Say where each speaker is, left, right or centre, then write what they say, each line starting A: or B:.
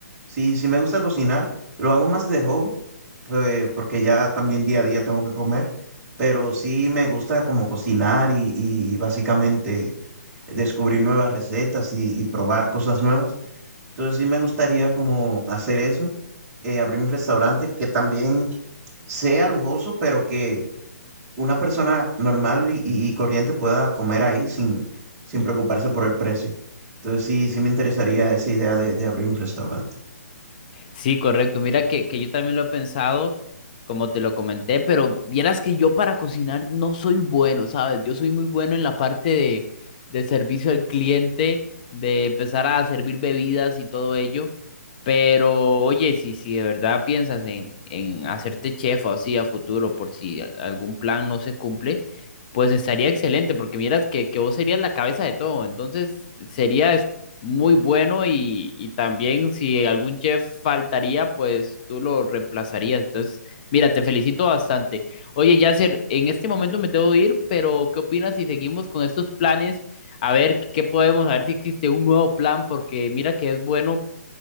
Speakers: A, on the right (about 15°); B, on the left (about 30°).
A: Sí, sí me gusta cocinar, lo hago más de hobby, pues, porque ya también día a día tengo que comer, pero sí me gusta como cocinar y, y básicamente descubrir nuevas recetas y, y probar cosas nuevas. Entonces sí me gustaría como hacer eso, eh, abrir un restaurante que también sea lujoso, pero que una persona normal y, y y corriente pueda comer ahí sin, sin preocuparse por el precio. Entonces sí, sí me interesaría esa idea de, de abrir un restaurante.
B: Sí, correcto. Mira que, que yo también lo he pensado, como te lo comenté, pero vieras que yo para cocinar no soy bueno, ¿sabes? Yo soy muy bueno en la parte de, de servicio al cliente, de empezar a servir bebidas y todo ello. Pero oye, si, si de verdad piensas en, en hacerte chef o así a futuro, por si al- algún plan no se cumple, pues estaría excelente, porque miras que, que vos serías la cabeza de todo. Entonces sería muy bueno y, y también si algún chef faltaría, pues tú lo reemplazarías. Entonces, mira, te felicito bastante. Oye, Yasser, en este momento me tengo que ir, pero ¿qué opinas si seguimos con estos planes? A ver qué podemos, a ver si existe un nuevo plan, porque mira que es bueno